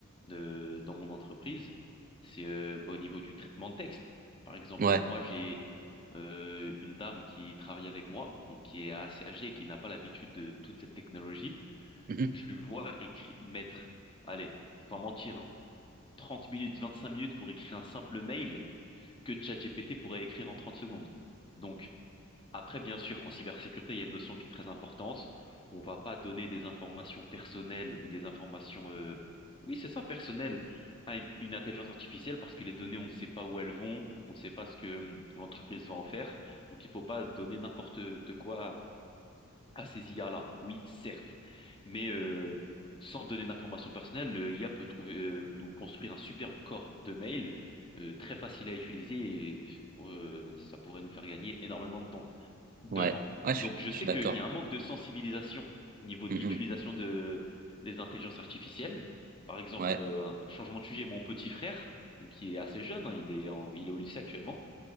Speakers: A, on the left; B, on the right.
A: de- dans mon entreprise, c'est euh, bah, au niveau du traitement de texte. Par exemple,
B: Ouais,
A: moi, j'ai euh, une dame qui travaille avec moi, donc qui est assez âgée et qui n'a pas l'habitude de toute cette technologie.
B: Mhm.
A: Je lui vois écri- mettre, allez, sans mentir, hein, 30 minutes, 25 minutes pour écrire un simple mail que ChatGPT pourrait écrire en 30 secondes. Donc, après, bien sûr, en cybersécurité, il y a une notion qui est très importante. On ne va pas donner des informations personnelles ou des informations, euh, oui, c'est ça, personnelles à une, une intelligence artificielle parce que les données, on ne sait pas où elles vont, on ne sait pas ce que hum, l'entreprise va en faire. Donc, il ne faut pas donner n'importe quoi à ces IA-là. Oui, certes, mais euh, sans donner d'informations personnelles, le- l'IA peut trouver, euh, nous construire un superbe corps de mail euh, très facile à utiliser et euh, ça pourrait nous faire gagner énormément de temps, de
B: Ouais,
A: temps.
B: ouais, je
A: Donc je
B: je
A: sais
B: suis d'accord.
A: qu'il y a un manque de sensibilisation au niveau
B: Mhm.
A: de l'utilisation de, des intelligences artificielles. Par exemple,
B: Ouais,
A: euh, un changement de sujet, mon petit frère, donc, qui est assez jeune, hein, il est en- il est au lycée actuellement,